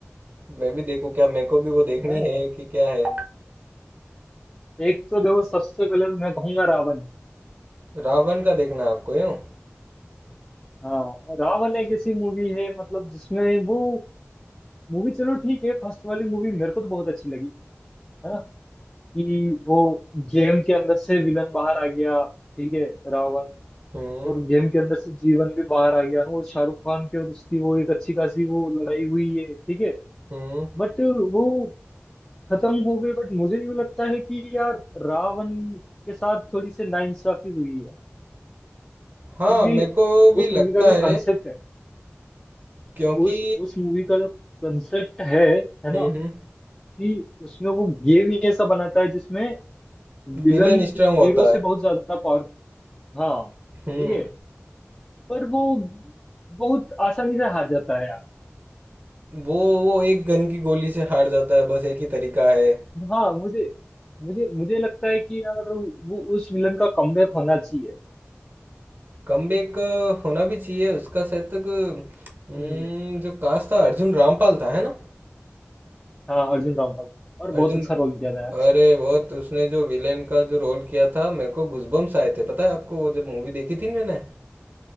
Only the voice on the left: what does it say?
मैं
एक तो देखो सबसे पहले मैं कहूंगा रावण
हाँ रावण एक ऐसी मूवी है मतलब जिसमें वो मूवी चलो ठीक है फर्स्ट वाली मूवी मेरे को तो बहुत अच्छी लगी है ना कि वो गेम के अंदर से विलन बाहर आ गया ठीक है रावण
और गेम के अंदर से जीवन भी बाहर आ गया ना और शाहरुख खान के और उसकी वो एक अच्छी खासी वो लड़ाई हुई है ठीक है
बट वो खत्म हो गई बट मुझे यूं लगता है कि यार रावण के साथ थोड़ी सी नाइंसाफी हुई है
क्योंकि
उस
मूवी का जो
कंसेप्ट है
उस उस मूवी का जो कंसेप्ट है है
ना
कि उसमें वो गेम ही ऐसा बनाता है जिसमें विलन
हीरो से
बहुत ज्यादा पावर हाँ
ठीक है पर वो बहुत आसानी से हार जाता है यार
हाँ मुझे मुझे मुझे लगता है कि यार वो उस विलन का कमबैक होना चाहिए
हम्म
हाँ अर्जुन रामपाल का। और बहुत
अच्छा रोल किया था यार उसने